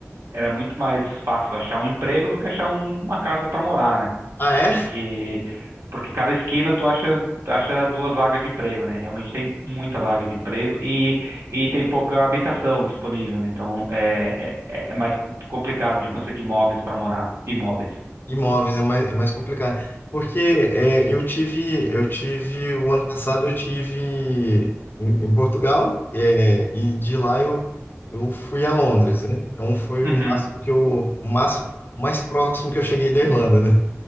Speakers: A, on the right; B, on the left.
A: era muito mais fácil achar um emprego do que achar um- uma casa para morar, né?
B: Ah, é?
A: Porque, porque cada esquina tu acha, acha duas vagas de emprego, né? Realmente tem muita vaga de emprego e, e tem pouca habitação disponível, né? Então é, é, é mais com- complicado de conseguir imóveis para morar, imóveis.
B: Imóveis é mais, é mais complicado. Porque é, eu tive, eu tive, o ano passado eu tive em, em Portugal, é, e de lá eu, eu fui a Londres, né? Então foi
A: Uhum.
B: o máximo que eu, o máximo, o mais próximo que eu cheguei da Irlanda, né?